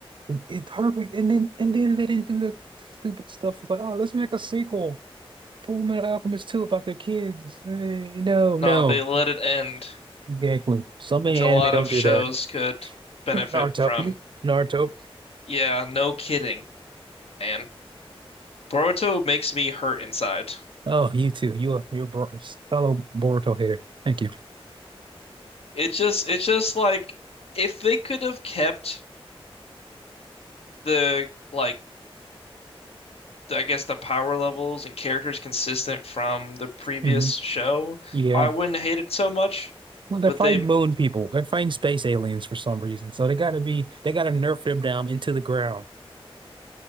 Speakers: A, on the right; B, on the left.
A: it's perfect. And then and then they didn't do the stupid stuff like, oh, let's make a sequel, Full Metal Alchemist 2 about their kids. Eh, No, no.
B: No, they let it end,
A: Exactly. So many
B: which a
A: anime
B: lot
A: don't
B: of shows
A: do that.
B: could benefit
A: <laughs> Naruto.
B: from.
A: Naruto.
B: Yeah, no kidding, man. Boruto makes me hurt inside.
A: Oh, you too. You are you're a Bor- fellow Boruto hater. Thank you.
B: It just, it's just like if they could have kept the like, I guess the power levels and characters consistent from the previous
A: hmm
B: show,
A: Yeah.
B: I wouldn't hate it so much.
A: Well, they're
B: But
A: fighting
B: they
A: moon people. They're fighting space aliens for some reason. So they gotta be they gotta nerf them down into the ground.